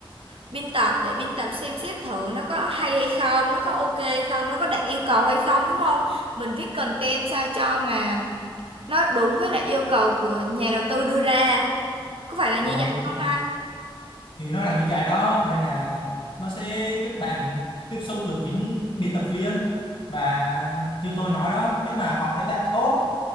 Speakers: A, on the right; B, on the left.
A: biên tập để biên tập xem xét thử nó có hay hay không, nó có ok hay không, nó có đạt yêu cầu hay không đúng không? Mình viết content sao cho mà nó đúng với lại yêu cầu của nhà đầu tư đưa ra. Có phải là như
B: Ờ,
A: vậy không
B: thì
A: ha?
B: thì nó là như vậy đó nên là nó sẽ giúp bạn tiếp xúc được những biên tập viên và như tôi nói đó nếu mà họ thấy bạn tốt